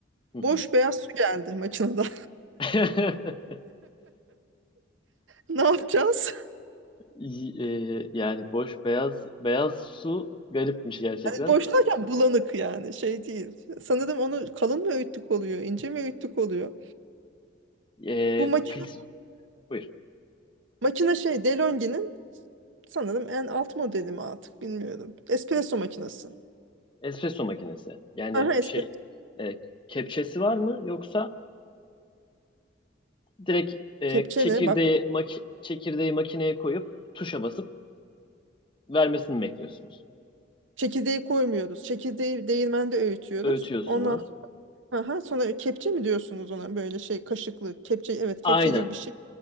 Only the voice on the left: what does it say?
Hı hı.
<laughs>
Y- e, yani boş beyaz beyaz su garipmiş gerçekten.
E,
fil, buyur.
Espresso makinesi. Yani
şey
e, kepçesi var mı yoksa direkt e,
çekirdeği
maki- çekirdeği makineye koyup tuşa basıp vermesini mi bekliyorsunuz?
Öğütüyorsunuz.
Aynen.